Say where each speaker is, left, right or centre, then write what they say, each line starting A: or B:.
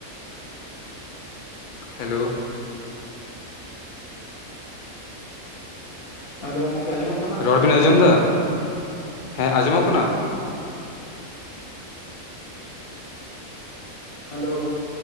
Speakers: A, on the left (about 45°); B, on the left (about 75°).
A: hello
B: hello ᱜᱚᱝᱠᱮ ᱟᱡᱚᱢ
A: ᱨᱚᱲ ᱵᱤᱱ ᱟᱸᱡᱚᱢ ᱮᱫᱟ ᱦᱮᱸ ᱟᱸᱡᱚᱢᱚᱜ ᱠᱟᱱᱟ
B: ᱦᱮᱞᱳ